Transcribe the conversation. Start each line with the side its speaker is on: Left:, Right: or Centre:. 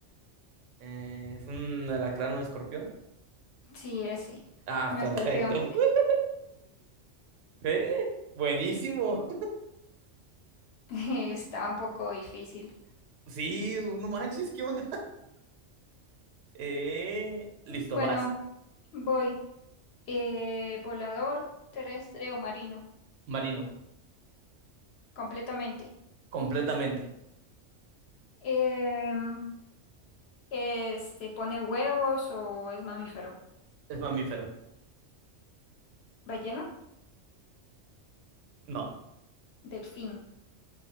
Right: eh, es un alacrán o escorpión.
Left: Sí, ese.
Right: Ah,
Left: Un
Right: perfecto.
Left: escorpión.
Right: <laughs> Ve, buenísimo.
Left: <laughs> Estaba un poco difícil.
Right: Sí, no manches, ¿qué onda? Eh, listo,
Left: Bueno,
Right: vas.
Left: voy. Eh, volador terrestre o marino,
Right: Marino,
Left: completamente.
Right: completamente.
Left: Em, este pone huevos o es mamífero.
Right: Es mamífero.
Left: Ballena,
Right: No.
Left: delfín,